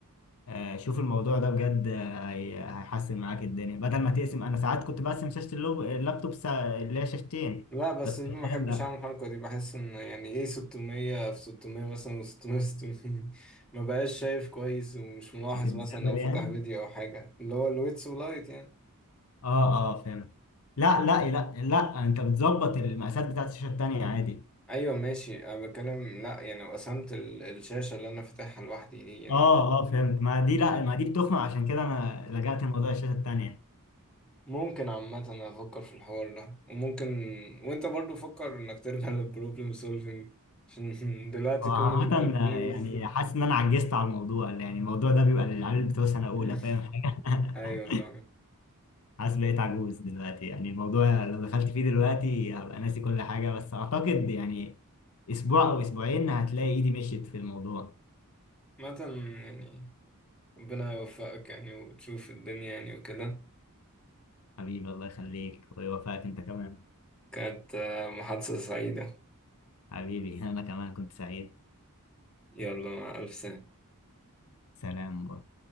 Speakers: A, on the left (about 70°); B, in the centre.
A: آه، شوف الموضوع ده بجد آه، هي- هيحسن معاك الدنيا بدل ما تقسم انا ساعات كنت بقسم شاشة اللوب- اللابتوب سا- اللي هي شاشتين
B: لا بس
A: بس
B: ما
A: حاليا
B: بحبش
A: لا
B: اعمل الحركه دي بحس ان يعني ايه 600 في 600 مثلا و600 600 <laughs> ما بقاش شايف كويس ومش ملاحظ
A: بتتزاول
B: مثلا لو فتح
A: يعني
B: فيديو او حاجه اللي هو الويتس ولايت يعني
A: اه اه فهمت لا لا لا لا انت بتظبط المقاسات بتاعت الشاشه التانيه عادي
B: ايوه ماشي انا بتكلم لا يعني لو قسمت ال- الشاشه اللي انا فاتحها لوحدي دي
A: اه اه فهمت ما دي لا ما دي بتخنق عشان كده انا
B: يعني
A: لجأت لموضوع الشاشه التانيه
B: ممكن عامة أفكر في الحوار ده وممكن وأنت برضو فكر إنك ترجع <laughs> للبروبلم سولفينج عشان <laughs> دلوقتي
A: هو
B: كل
A: عامة
B: الانترفيوز
A: آه، يعني حاسس ان انا عجزت على الموضوع يعني الموضوع ده بيبقى للعيال بتوع سنه اولى
B: مم.
A: فاهم
B: <laughs>
A: حاجه <laughs>
B: أيوة فاهم
A: حاسس بقيت عجوز دلوقتي يعني الموضوع لو دخلت فيه دلوقتي هبقى ناسي كل حاجه بس اعتقد يعني اسبوع او اسبوعين هتلاقي ايدي مشيت في الموضوع
B: عامة يعني ربنا يوفقك يعني وتشوف الدنيا يعني وكده
A: حبيبي الله يخليك ويوفقك انت كمان
B: كانت آه، محادثة سعيدة
A: حبيبي انا كمان كنت سعيد
B: يلا مع ألف سنة
A: سلام